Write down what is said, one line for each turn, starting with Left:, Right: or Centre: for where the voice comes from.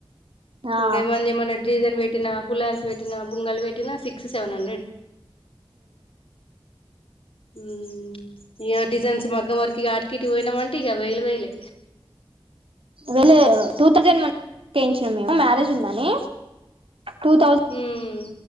Right: ఆ
Left: ఇంగ ఏమన్నా డీజన్ పెట్టినా ఫులాన్స్ బేట్టి బంగల్ వేటి టీనా సస్ సెవెన్ హండ్రెడ్ ఉమ్ ఇ డిజైన్స్ మగ్గం వరకు ఇ అటికిటికి పోయినాంమంటే ఇక వేలు వేలే
Right: వెళ్ళ టూ థౌజండ్ మయించినం మేము మ్యారేజ్ ఉందాని టూ థౌజండ్
Left: ఉమ్